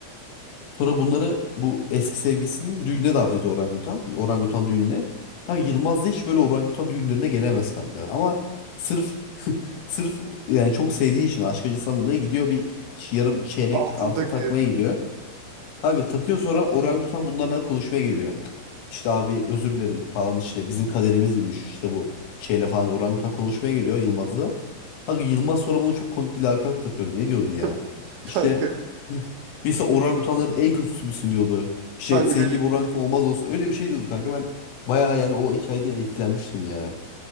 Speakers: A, on the left; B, on the right.
A: Sonra bunları bu eski sevgisinin düğününe davet ediyor orangutan. Orangutan düğününe. Ha Yılmaz da hiç böyle orangutan düğünlerine gelemez kanka. Ama sırf <laughs> sırf yani çok sevdiği için aşk acısından dolayı gidiyor bir yarım çeyrek
B: Altın
A: altın
B: takıyor.
A: takmaya gidiyor. Kanka takıyor sonra orangutan bunlarla konuşmaya geliyor. İşte abi özür dilerim falan işte bizim kaderimizmiş işte bu şeyle falan diye orangutan konuşmaya geliyor Yılmaz'la. Kanka Yılmaz sonra bana çok komik bir lakap takıyordu. Ne diyordu ya?
B: <laughs>
A: İşte
B: Kanka,
A: <laughs> işte orangutanların en kötüsü müsün diyordu. İşte
B: kanka
A: senin
B: öyle
A: gibi
B: bir-
A: orangutan
B: şey.
A: olmaz olsun öyle bir şey diyordu kanka ben bayağı yani o hikayeden etkilenmiştim ya.